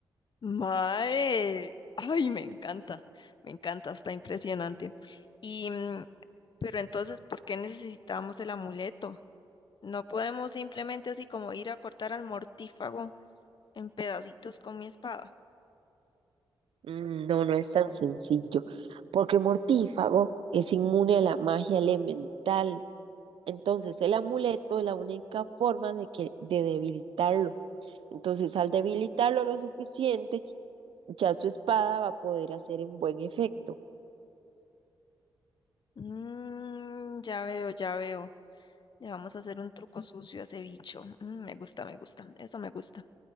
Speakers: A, on the left; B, on the right.
A: Mae, ay, me encanta, me encanta, está impresionante. Y, mm, pero entonces, ¿por qué necesitamos el amuleto? No podemos simplemente así como ir a cortar al mortífago en pedacitos con mi espada.
B: Mm, No, no es tan sencillo, porque Mortífago es inmune a la magia elemental. Entonces, el amuleto es la única forma de que de debilitarlo. Entonces, al debilitarlo lo suficiente, ya su espada va a poder hacer un buen efecto.
A: Mm, ya veo, ya veo. Le vamos a hacer un truco sucio a ese bicho. Mm, me gusta, me gusta. Eso me gusta.